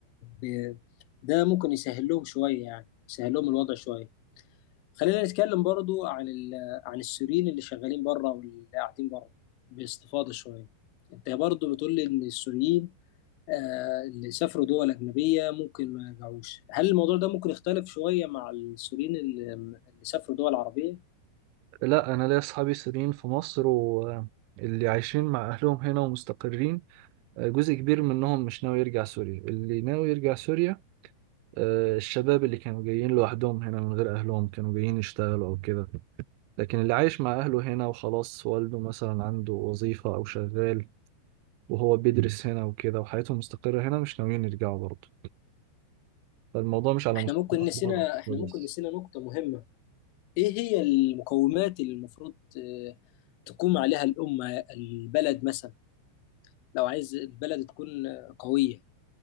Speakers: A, on the left; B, on the right.
A: ب... ده ممكن يسهل لهم شويه يعني يسهل لهم الوضع شويه خلينا نتكلم برضو عن ال... عن السوريين اللي شغالين بره واللي قاعدين بره باستفاضه شويه انت برضو بتقول لي ان السوريين آه، اللي سافروا دول أجنبية ممكن ما يرجعوش هل الموضوع ده ممكن يختلف شوية مع السوريين اللي اللي سافروا دول عربية
B: لا انا ليا اصحابي سوريين في مصر واللي عايشين مع اهلهم هنا ومستقرين آه، جزء كبير منهم مش ناوي يرجع سوريا اللي ناوي يرجع سوريا آه، الشباب اللي كانوا جايين لوحدهم هنا من غير اهلهم كانوا جايين يشتغلوا او كده لكن اللي عايش مع اهله هنا وخلاص والده مثلا عنده وظيفة او شغال وهو بيدرس هنا وكده وحياته مستقرة هنا مش ناويين يرجعوا برضه فالموضوع مش على
A: احنا
B: مستوى
A: ممكن نسينا
B: الدولة
A: احنا
B: بس
A: ممكن نسينا نقطة مهمة ايه هي المقومات اللي المفروض آه، تقوم عليها الأمة البلد مثلا لو عايز البلد تكون آه، قوية